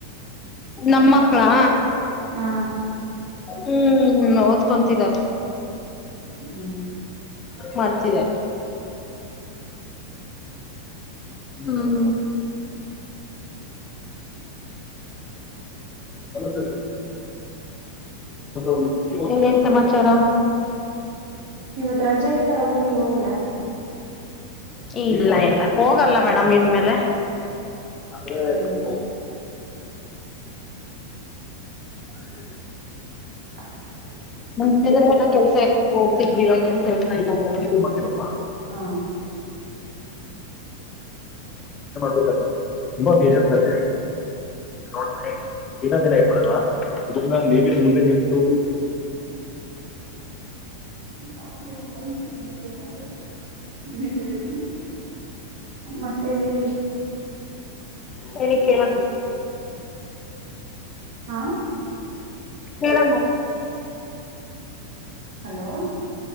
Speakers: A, on the left; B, on the right.
A: ನಮ್ಮಕ್ಕಳಾ
B: ಹಾ
A: ಹ್ಮ್ ಓದ್ಕೊಂತಿದಾರ
B: ಹ್ಮ್
A: ಮಾಡ್ತಿದ್ದಾರೆ ಹ್ಮ್
B: ಹ
A: ಹೌದು ಮತ್ತೆ ಏನ್ ಸಮಾಚಾರ
B: ಇವತ್ ರಜಾ ಇತ್ತಲ್ಲ ಊಗ್ ಹೋಗಿಲ್ಲ
A: ಇಲ್ಲ ಇಲ್ಲ ಹೋಗಲ್ಲ ಮೇಡಮ್ ಇನ್ಮೇಲೆ ಅ್ರ
B: ಹ್ಮ್
A: ಓ ಹ
B: ಹ
A: ಮುಂಚೆ ಅಂದ್ರೆ ಕೆಲ್ಸ ಎತಿದವಿ ಇವಾಗ ಏನ್ ಕೆಲ್ಸ ಇಲ್ಲ
B: ಹಾ
A: ಬೇಕ ತುಂಬಾ ಬೇಜ ಸ ಸರಿ ನೋಡ ಮಿ ಇನ್ನೊಂದಿನ ಇಡ ನ್ನ ನೀವೇ ಮುಂದೆ ನಿಂತು
B: ಆರೋಗ ಮತ್ತೆಿಕ ಈ ಮತ್ತೆ ಹೇಳಿ
A: ಹೇಳಿ ಕೇಳ
B: ಹಾ
A: ಹೇಳ
B: ಹಲೋ